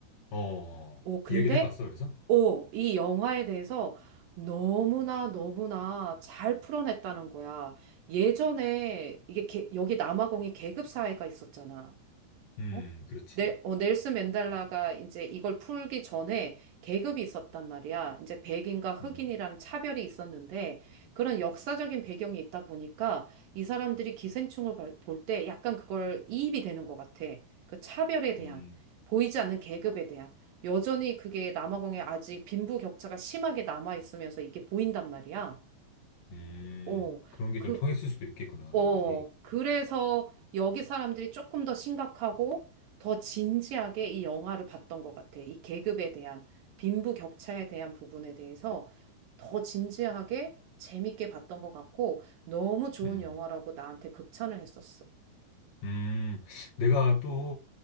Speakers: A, on the left (about 65°); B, on the right (about 70°).
A: 어,
B: 오, 근데,
A: 얘기를 해봤어, 그래서?
B: 오, 이 영화에 대해서 너무나 너무나 잘 풀어냈다는 거야. 예전에 이게 개- 여기 남아공에 계급 사회가 있었잖아.
A: 음,
B: 어?
A: 그렇지.
B: 네, 어, 넬슨 맨델라가 이제 이걸 풀기 전에 계급이 있었단 말이야. 이제 백인과 흑인이라는
A: 음,
B: 차별이 있었는데 그런 역사적인 배경이 있다 보니까 이 사람들이 기생충을 볼 때 약간 그걸 이입이 되는 것 같아. 그 차별에 대한,
A: 음,
B: 보이지 않는 계급에 대한. 여전히 그게 남아공에 아직 빈부격차가 심하게 남아 있으면서 이게 보인단 말이야.
A: 음,
B: 어,
A: 그런 게
B: 그,
A: 좀 통했을 수도 있겠구나,
B: 어,
A: 사람들이.
B: 그래서 여기 사람들이 조금 더 심각하고 더 진지하게 이 영화를 봤던 것 같아. 이 계급에 대한, 빈부격차에 대한 부분에 대해서 더 진지하게 재밌게 봤던 것 같고 너무 좋은
A: 음,
B: 영화라고 나한테 극찬을 했었어.
A: 음, 내가 또